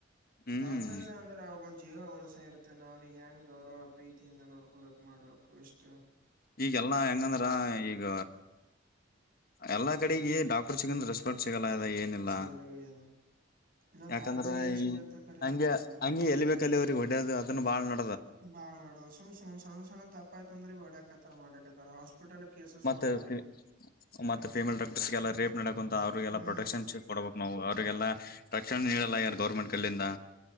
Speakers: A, on the left; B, on the right.
A: ಹ್ಮ್
B: ಡಾಕ್ಟರ್ಸ್ ಅಂದ್ರಬ ಜೀವ ಉಳಸ ಇರುತ್ತೆ ನಾ್ನಿಗೆ ಹೆಂಗೆ ಗೌರವ ಪ್ರೀತಿಯಿಂದ ನೋಡ್ಕೋಬೇಕು ಮಾಡ್ಬೇಕು ಇಷ್ಟು
A: ಈಗೆಲ್ಲಾ ಹೆಂಗಂದ್ರ ಈಗ ಎಲ್ಲಾ ಕಡೆಗ ಡಾಕ್ಟರ್ ಸಿಗಂದ ರೆಸ್ಪಾನ್ಟ್ ಸಿಗಲ್ಲ ಅ ಏನಿಲ್ಲ
B: ಸಿಗಲ್ಲ ಏನು ಇನ್ನ
A: ಯಾಕಂದ್ರೆ
B: ಬ್ಯಾರೆ ಸಿಗತ್ತೆ
A: ಈ
B: ಕರೆ
A: ಹಂಗೆ
B: ನಮಗಿಲ್ಲ
A: ಹಂಗಗೆ ಎಲ್ಲಿ ಬೇಕಲ್ಲಿ ಅವ್ರಿಗೆ ಹೊಡೇದು ಅದನ್ನ ಬಾಳ್ ನ
B: ಬಾಳ ನಡ ಸು್ ಸ್ ಸಣ್ಣ ಸಣ್ಣ ತಪ್ಪ ಆಯತ್ ಅಂದ್ರೆ ಬಡ್ಯಾಕತ್ತತರ್ ಮಾಡಾಕತ್ತರ ಹಾಸ್ಪಿಟಲ್ ಕೇಸಸ್
A: ಮತ್ತೆ
B: ಬಾಳ ಆಗ್ಯಾವ
A: ಫೀಮೇಲ್ ಡಾಕ್ಟರ್ಸ್ಲ್ಲ ರೇಪ್ ನಡಕ್ ಅಂತ ಅವರು ಎಲ್ಲಾ
B: ಹ್ಮ್
A: ಪ್ರೊಟೆಕ್ಷನ್ ಕೊಡಬೇಕು ನಾವು ಅವರಿಗೆಲ್ಲಾ ರಕ್ಷಣೆ ನೀಡಲ್ಲ ಯಾರು ಗೌರ್ಮೆಂಟ್ ಕಲ್ಲಿಿಂದ